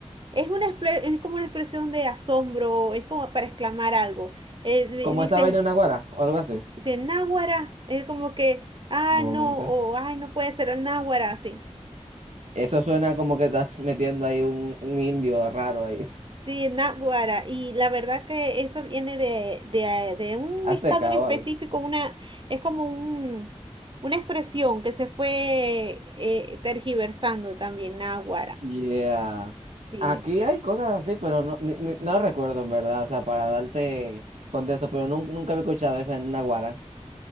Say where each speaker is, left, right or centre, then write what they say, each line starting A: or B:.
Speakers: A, on the right; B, on the right.
A: Es una expre- es como una expresión de asombro, es como para exclamar algo. Eh, di-
B: ¿Como
A: dices,
B: esa vaina de una guara o algo así?
A: si es náguara, es como que, ah,
B: No,
A: no,
B: nunca.
A: o ay, no puede ser náguara, sí
B: Eso suena como que estás metiendo ahí un, un indio raro ahí, <laughs>
A: Sí, náguara. Y la verdad que eso viene de, de, de un
B: azteca
A: estado en específico,
B: o algo.
A: una, es como un, una expresión que se fue eh, tergiversando también, náguara.
B: Yeah.
A: Sí.
B: Aquí hay cosas así, pero no, ni- ni- no recuerdo en verdad, o sea, para darte contexto, pero nun- nunca había escuchado esa en una guara.